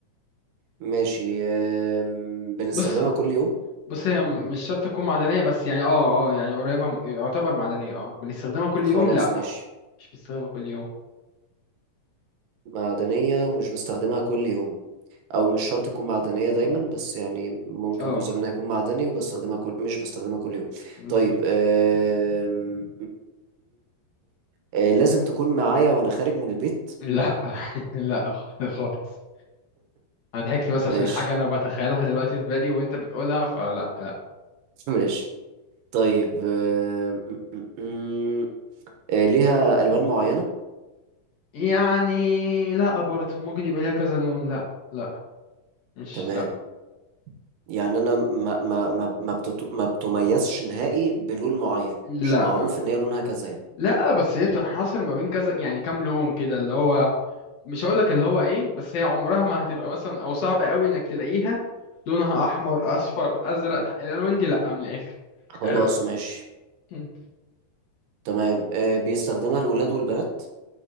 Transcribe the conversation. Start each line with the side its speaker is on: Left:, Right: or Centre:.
Right: ماشي آم، بنستخدمها
Left: بص
Right: كل يوم
Left: بص هي مش شرط تكون معدنية بس يعني اه اه يعني قريبة م- يعتبر معدنية اه بنستخدمها كل
Right: خلاص
Left: يوم لا
Right: ماشي
Left: مش بنستخدمها كل يوم
Right: معدنية ومش بستخدمها كل يوم او مش شرط تكون معدنية دايما بس يعني ممكن
Left: اه
Right: جزء منها يكون معدني وبستخدمها كل مش بستخدمها كل يوم
Left: بالظبط
Right: طيب آم، آه، لازم تكون معايا وانا خارج من البيت
Left: لا <laughs> لا خ- خالص انا ضحكت بس
Right: ماشي
Left: عشان حاجة انا بتخيلها دلوقتي في بالي وانت بتقولها فلا لا
Right: <laughs> ماشي طيب آه، م- م- م- آه، ليها الوان معينه
Left: يعني لا برضه ممكن يبقى ليها كذا لون لا لا مش
Right: تمام
Left: لا
Right: يعني انا ما ما ما ما بتت- ما بتميزش نهائي بلون معين
Left: لا
Right: مش معروف ان هي لونها كذا يعني
Left: لا بس هي بتنحصر ما بين كذا يعني كام لون كده اللي هو مش هقولك اللي هو ايه بس هي عمرها ما هتبقى مثلا او صعب قوي انك تلاقيها لونها احمر اصفر ازرق الالوان دي لا من الاخر
Right: خلاص
Left: الو-
Right: ماشي
Left: م.
Right: تمام آه، بيستخدمها الولاد والبنات